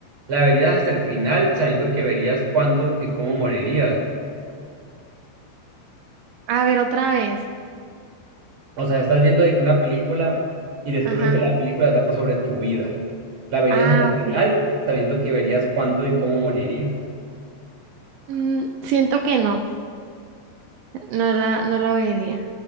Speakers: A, on the right (about 45°); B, on the right (about 85°).
A: La verías hasta el final sabiendo que verías cuándo y cómo morirías.
B: A ver, otra vez.
A: O sea, estás viendo de que una película y descubres
B: Ajá.
A: que la película trata sobre tu vida. La verías
B: Ah,
A: hasta el final
B: ok.
A: sabiendo que verías cuándo y cómo morirías.
B: Mm, siento que no. no la, no lo vería.